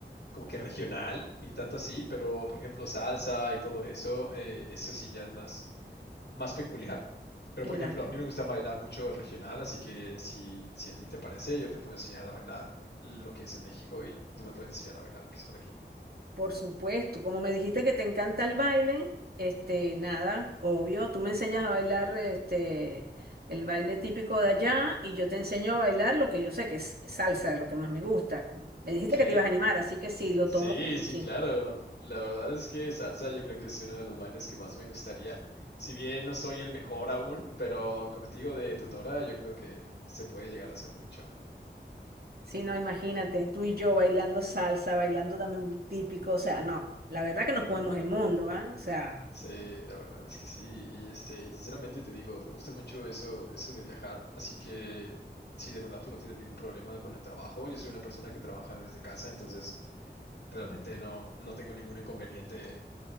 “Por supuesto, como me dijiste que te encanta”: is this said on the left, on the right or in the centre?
Right